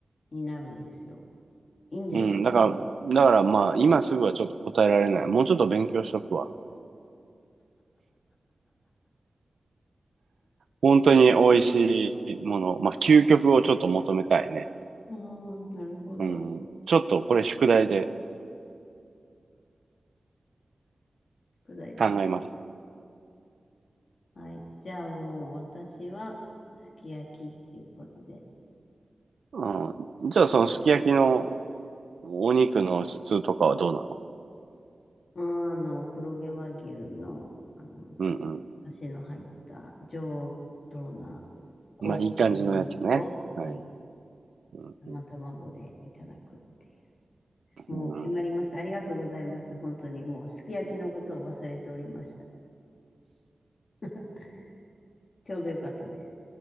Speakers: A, on the left; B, on the right.
A: になるんですよ。いいんですかそんな
B: うん、だから、だからまあ、今すぐはちょっと答えられない。もうちょっと勉強しとくわ。本当に美味しいもの、まあ、究極をちょっと求めたいね。
A: ああ、なるほど。
B: うん。ちょっとこれ宿題で
A: 宿題です。
B: 考えます。
A: はい。じゃあもう私は、すき焼きっていうことで。
B: うん。じゃあそのすき焼きの
A: 決まりました
B: お肉の質とかはどうなの
A: うん、あの、黒毛和牛の、あの、ちょっと、
B: うんう
A: だしの入った上等な高級なお肉を、
B: ん。まあいい感じのやつね。はい。
A: はい、
B: うんうん。
A: 生卵でいただくっていう。もう決まりました。
B: うん
A: ありがとうございました。本当にもうすき焼きのことを忘れておりました。<laughs> ちょうどよかったです。